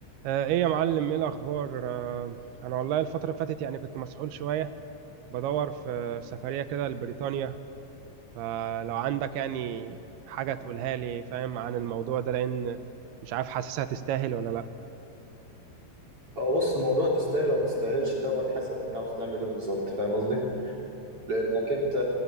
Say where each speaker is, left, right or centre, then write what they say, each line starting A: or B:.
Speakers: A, on the right (about 75°); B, on the right (about 35°).
A: آه، ايه يا معلم ايه الاخبار آه، انا والله الفتره اللي فاتت يعني كنت مسحول شويه بدور في في سفريه كده لبريطانيا فلو عندك يعني حاجه تقولها لي فاهم عن الموضوع ده لان مش عارف حاسسها تستاهل ولا لا
B: هو بص موضوع تستاهل وما تستاهلش دوت حسب انت عاوز تعمل ايه بالظبط فاهم قصدي؟ لانك انت